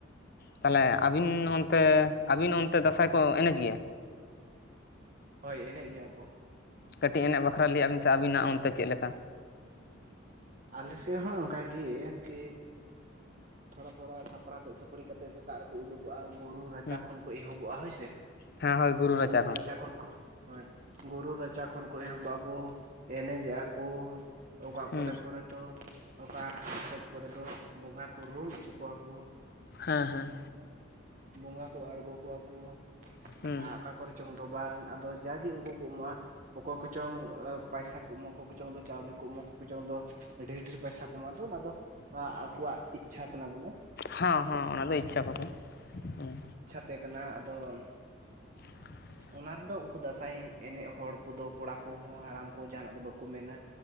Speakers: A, on the left; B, on the right.
A: ᱛᱟᱦᱚᱞᱮ ᱟᱹᱵᱤᱱ ᱚᱱᱛᱮ
B: ᱴᱷᱤᱠ
A: ᱟᱹᱵᱤᱱ ᱚᱱᱛᱮ ᱫᱟᱸᱥᱟᱭ ᱠᱚ ᱮᱱᱮᱡ ᱜᱮᱭᱟ
B: ᱦᱳᱭ ᱮᱱᱮᱡ ᱜᱮᱭᱟ ᱠᱚ
A: ᱠᱟᱹᱴᱤᱡ ᱮᱱᱮᱡ ᱵᱟᱠᱷᱨᱟ ᱞᱟᱹᱭᱟ ᱵᱤᱱ ᱥᱮ ᱟᱹᱵᱤᱱᱟᱜ ᱚᱱᱛᱮ ᱪᱮᱫ ᱞᱮᱠᱟ
B: ᱟᱞᱮ ᱥᱮᱫ ᱦᱚᱸ ᱚᱱᱠᱟᱜᱮ ᱠᱤ ᱛᱷᱚᱲᱟ ᱛᱷᱚᱲᱟ ᱥᱟᱯᱲᱟᱣ ᱥᱟᱯᱲᱤ ᱠᱟᱛᱮ ᱥᱮ ᱥᱮᱛᱟᱜ ᱨᱮᱠᱚ ᱩᱰᱩᱠᱚᱜᱼᱟ ᱜᱩᱨᱩ ᱨᱟᱪᱟ
A: ᱦᱮᱸ
B: ᱠᱷᱚᱱ ᱠᱚ ᱮᱦᱚᱵᱚᱜᱼᱟ ᱦᱳᱭᱥᱮ
A: ᱦᱮᱸ ᱦᱳᱭ ᱨᱟᱪᱟ
B: ᱜᱩᱨᱩ ᱨᱮᱪᱟ ᱠᱷᱚᱱ ᱠᱚ ᱦᱳᱭ ᱜᱩᱨᱩ ᱨᱟᱪᱟ ᱠᱷᱚᱱ ᱠᱚ ᱮᱦᱚᱵᱼᱟ ᱠᱚ ᱮᱱᱮᱡ ᱮᱫᱟ ᱠᱚ ᱚᱠᱟ
A: ᱦᱮᱸ
B: ᱠᱚᱨᱮ ᱦᱚᱭᱛ ᱚᱠᱟ ᱠᱚᱨᱮ ᱫᱚ ᱵᱚᱸᱜᱟ ᱠᱚ ᱨᱩᱢ ᱚᱪᱚ ᱠᱚᱣᱟ ᱠᱚ
A: ᱦᱮᱸ ᱦᱮᱸ
B: ᱵᱚᱸᱜᱟ ᱠᱚ ᱟᱬᱜᱚ ᱠᱚᱣᱟ ᱠᱚ
A: ᱦᱮᱸ
B: ᱟᱨ ᱚᱠᱟ ᱠᱚᱨᱮ ᱪᱚᱝ ᱫᱚ ᱵᱟᱝ ᱟᱫᱚ ᱡᱟᱜᱮ ᱩᱱᱠᱩ ᱠᱚ ᱮᱢᱚᱜᱼᱟ ᱚᱠᱚᱭ ᱠᱚᱪᱚᱝ ᱯᱟᱭᱥᱟ ᱠᱩᱢ ᱠᱚᱠᱚᱪᱚᱝᱫᱚ ᱪᱟᱣᱞᱮ ᱠᱚ ᱠᱩᱢ ᱠᱚᱠᱚᱪᱚᱝᱫᱚ ᱰᱷᱮᱨ ᱰᱷᱮᱨ ᱯᱚᱭᱥᱟ ᱠᱚ ᱮᱢᱚᱜ ᱟ ᱫᱚ ᱚᱱᱟ ᱫᱚ ᱟᱠᱚᱣᱟᱜ ᱤᱪᱪᱷᱟ ᱠᱟᱱᱟ ᱵᱚᱞᱮ
A: ᱦᱮᱸ ᱦᱮᱸ ᱚᱱᱟ ᱫᱚ ᱤᱪᱪᱷᱟ ᱠᱚᱛᱮ ᱦᱮᱸ
B: ᱛᱮ ᱠᱟᱱᱟ ᱟᱫᱚ
A: <inaudible>
B: ᱚᱱᱟ ᱨᱮᱫᱚ ᱩᱱᱠᱩ ᱫᱟᱸᱥᱟᱭ ᱮᱱᱮᱡ ᱦᱚᱲ ᱠᱚᱫᱚ ᱠᱚᱲᱟ ᱠᱚᱦᱚᱸ ᱦᱟᱲᱟᱢ ᱠᱚ ᱡᱟᱦᱟᱱᱟᱜ ᱫᱚ ᱵᱟᱠᱚ ᱢᱮᱱᱟ